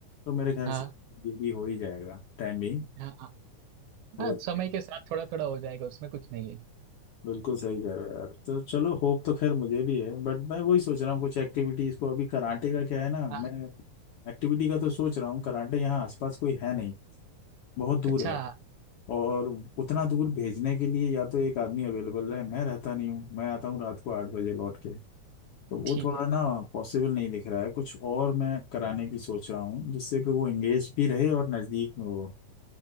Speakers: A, on the left (about 70°); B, on the right (about 80°).
A: तो मेरे ख्याल
B: हाँ
A: से ये भी हो ही जाएगा टाइम भी
B: हाँ हाँ
A: हो
B: हाँ,
A: जाएगा।
B: समय के साथ थोड़ा थोड़ा हो जाएगा उसमें कुछ नहीं है
A: बिल्कुल सही कह रहे हो यार तो चलो होप तो खैर मुझे भी है बट मैं वही सोच रहा हूँ कुछ एक्टिविटीज को अभी कराटे का क्या है ना मैं
B: हाँ
A: एक्टिविटी का तो सोच रहा हूँ कराटे यहाँ आसपास कोई है नहीं बहुत दूर
B: अच्छा
A: है और उतना दूर भेजने के लिए या तो एक आदमी अवेलेबल रहे मैं रहता नहीं हूँ मैं आता हूँ रात को आठ बजे लौट के तो वो
B: ठीक
A: थोड़ा
B: है
A: ना पॉसिबल नहीं दिख रहा है कुछ और मैं कराने की सोच रहा हूँ जिससे कि वो एंगेज भी रहे और नज़दीक में हो